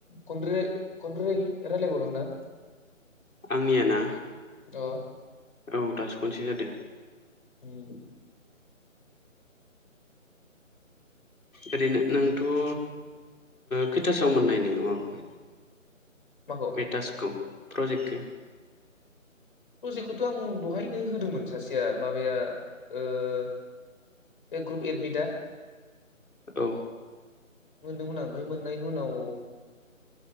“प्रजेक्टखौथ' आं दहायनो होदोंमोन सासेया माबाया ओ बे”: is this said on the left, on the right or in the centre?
Left